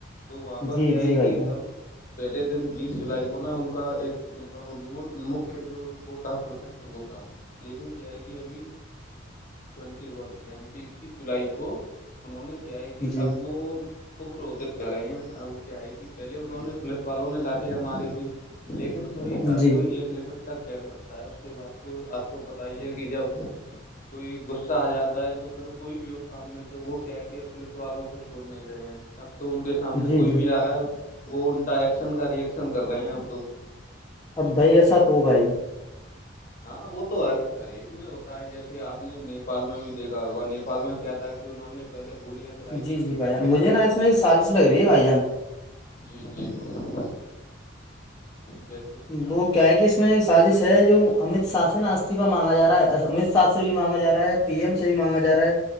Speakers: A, on the left (about 40°); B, on the left (about 20°).
A: تو وہاں پر
B: جی
A: کیا
B: جی
A: ہے
B: بھائی
A: کہ
B: جان
A: اب پہلے دن بیس جولائی کو نا ان کا ایک <unintelligible> مطلب مک جو بتا پروسٹ بتا ہے لیکن <unintelligible> جئے گی ابھی ٹوینٹی ون یعنی کہ اکیس جولائی کو انہوں نے کیا ہے کہ
B: جی
A: اب وہ پکروتے <unintelligible> ج رہے ہیں اب کیا ہے کہ پہلے انہوں نے پولیس والوں نے لاٹیاں ماری تھی <unintelligible> لیکن کوئی ہر
B: جی
A: کوئی ایک لمٹ تک چین کرتا ہے اس کے بعد تو آپ کو <unintelligible> بت ہی ہے کہ جب <unintelligible> کوئی غصہ آ جاتا ہے تو پھر کوئی بھی ہو سامنے تو وہ کیا ہے کہ اب پوولس والوں کو چھوڑ نہیں رہے ہیں <unintelligible> اب تو ان کے سامنے
B: جی
A: کوئی
B: جی
A: بھی آ رہا ہے وہ ان کا ایکشن کا ری ایکشن کر رہے ہیں اب تو <unintelligible>
B: اب بھائی ایسا تو ہوگا ہی <unintelligible>
A: ہاں وہ تو ہر ہر ایک میں ہوتا ہے جیسے آپ نے نیپال میں بھی دیکھا <unintelligible> ہوا نیپال میں کیا تھا کہ انہوں نے پہلے گولیاں <unintelligible>
B: جی
A: کچھ
B: جی بھائی
A: لڑکے
B: جان مجھے
A: مارے
B: نا
A: گئے
B: اس میں ایک
A: تھے
B: سازش لگ رہی ہے بھائی جان <unintelligible>
A: جی جی <unintelligible> جیسے آپ
B: وہ
A: فرمائیے
B: کیا ہے کہ اس کا <unintelligible> میں ایک سازش ہے جو امت شاہ سے نا استفا مانگا ج رہا ہے امت شاہ سے بھی مانگا جا ہے <unintelligible> پی ایم سے ہی مانگا ج رہا ہے